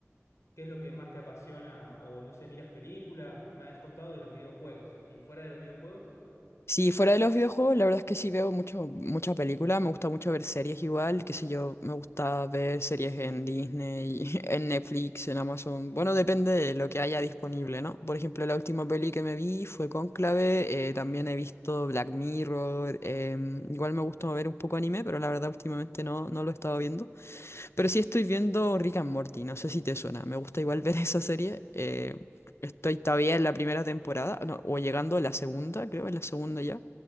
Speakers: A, on the left; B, on the left.
A: qué es lo que más te apasiona o no sé, miras películas, me has contado de los videojuegos y fuera de los videojuegos.
B: Sí, fuera de los videojuegos, la verdad es que sí veo mucho, mucha película, me gusta mucho ver series igual, qué sé yo, me gusta ver series en Disney, <laughs> en Netflix, en Amazon, bueno, depende de lo que haya disponible, ¿no? Por ejemplo, la última peli que me vi fue Cónclave, eh, también he visto Black Mirror, em, igual me gusta ver un poco anime, pero la verdad últimamente no, no lo he estado viendo. Pero sí estoy viendo Rick and Morty, no sé si te suena. Me gusta igual <laughs> ver esa serie. eh, estoy todavía en la primera temporada, no, o llegando a la segunda, creo, en la segunda ya.